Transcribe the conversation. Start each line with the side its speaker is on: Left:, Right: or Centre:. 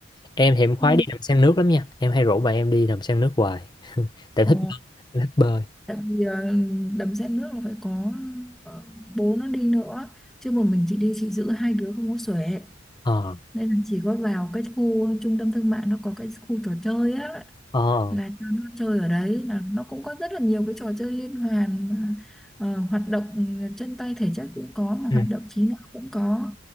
Left: Em thì em khoái
Centre: ừ.
Left: đi đầm sen nước lắm nha Em hay rủ bạn em đi đầm sen nước hoài <laughs> Tại
Centre: Ờ,
Left: thích bơi em thích bơi
Centre: tại vì ờ, đầm sen nước là phải có ờ, bố nó đi nữa chứ một mình chị đi chị giữ hai đứa không có xuể
Left: Ờ
Centre: nên là chỉ có vào cái khu trung tâm thương mại nó có cái khu trò chơi á
Left: Ờ
Centre: là cho nó chơi ở đấy là nó cũng có rất là nhiều cái trò chơi liên hoàn mà, ờ, hoạt động ừ, chân tay thể chất cũng có mà hoạt
Left: ừ.
Centre: động trí não cũng có